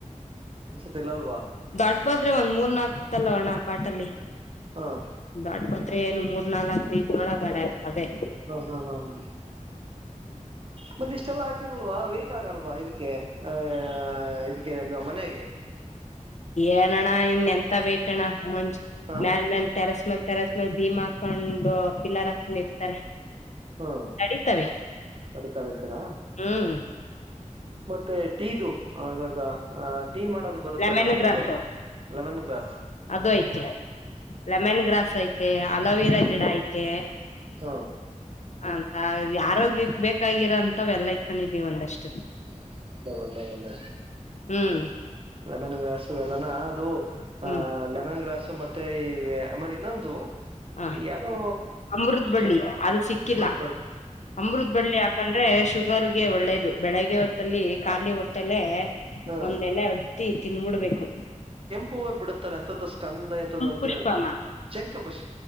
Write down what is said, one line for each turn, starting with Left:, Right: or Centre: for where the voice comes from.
Right: ತಿಲಲ್ವಾ
Left: ದೊಡ್ಬಾದ್ರೆ ಒಂದ್ ಮೂರ್ ನಾಕ್ತಲ್ಲ ಅಣ್ಣ ಪಾಟಲ್ಲಿ
Right: ಹಾ
Left: ದೊಡ್ಬಾದ ಅ ಏನ್ ಮೂರ್ ನಾಲ್ಕೀ ಒಳಗಡೆ ಅವದೇ
Right: ಹ್ಮ ಹ್ಮ್ ಹ್ಮ ಹ್ಮ್ ಮತ್ತ ಇಷ್ಟೆಲ್ಲ ಹಾಕಿರಲ್ವಾ ವೇಟ ಆಗಲ್ವಾ ಇದಕ್ಕೆ ಆ ಇದ ಮನೆಗೆ
Left: ಏನಣ್ಣ ಇನ್ ಎಂತ ವೇಟ್ ಅಣ್ಣ ಮಂಜ
Right: ಹಾ
Left: ಮ್ಯಲ್ ಮೇಲ್ ತೆರಸ್ ಮ್ಯಲ್ ತರಸ್ಮ ಭೀಮಾ ಹಾಕೊಂಡು ಪಿಲ್ಲರ್ ಹಾಕೊಂಡ್ ಇರ್ತಾರೆ
Right: ಹ್ಮ್
Left: ನಡೀತವೆ
Right: ಅದೇ ತಗಂತೀರ
Left: ಹ್ಮ್
Right: ಮತ್ತೆ ಟೀದು ಅದಾಗ ಆ ಟೀ ಮಾಡೋದು ಬರುತ್ತಲ್ಲ
Left: ಲೆಮನ್
Right: ಎಥದು
Left: ಗ್ರಾಸು
Right: ಲೆಮನ್ ಗ್ಸ್
Left: ಅದು ಐತೆ ಲೆಮನ್ ಗ್ರಾಸ್ ಐತೆ ಅಲೋವಿರಾ ಗಿಡ ಐತೆ
Right: ಹಾ
Left: ಅಂತ ಆರೋಗ್ಯಕ್ ಬೇಕಾಗಿರಾ ಅಂತ ಎಲ್ಲ ಇಕೊಂಡಿದೀವಿ ಒಂದಷ್ಟೇ
Right: ಹ್ಮ ಒಂದೆ ಮಂದಲ್ಲ
Left: ಹ್ಮ್
Right: ಲೆಮನ್ ಗ್ರಾಸು ಎಲ್ಲಾನ ಅದು ಆಹ್
Left: ಹ್ಮ್
Right: ಲೆಮನ್ ಗ್ರಾಸು ಮತ್ತೆ ಈ ಆಮೇಲೆ ಇನ್ನೊಂದು
Left: ಹಾ
Right: ಯಾದೋ
Left: ಅಮೃತ್ ಬಳ್ಳಿ
Right: ಕೇಳ್ದ
Left: ಅದು ಸಿಕ್ಕಿಲ್ಲ
Right: ಹಡದಬಡ್ದು
Left: ಅಮೃತ್ ಬಳ್ಳಿ ಹಾಕಂಡ್ರೆ ಶು ಇವರ್ಗೆ ಒಳ್ಳೇದು ಬೆಳಿಗ್ಗೆ ಹೊತ್ತಲ್ಲಿ ಖಾಲಿ ಹೊಟ್ಟೆಲೆ
Right: ಹಾ
Left: ಒಂದೆಲೆ ಅಗ್ ತಿದಬಿಡ್ಬೇಕು
Right: ಹೋಯ್ ಬಿಡುತ್ತಲ್ಲ ಎಂತದ್ದು ಸ್ಕಂದ ಎಂತದು ಅಂತ
Left: ಪುಷ್ಪನ
Right: ಹೇಳ್ತಾರೆ ಶಂಕ ಪುಷ್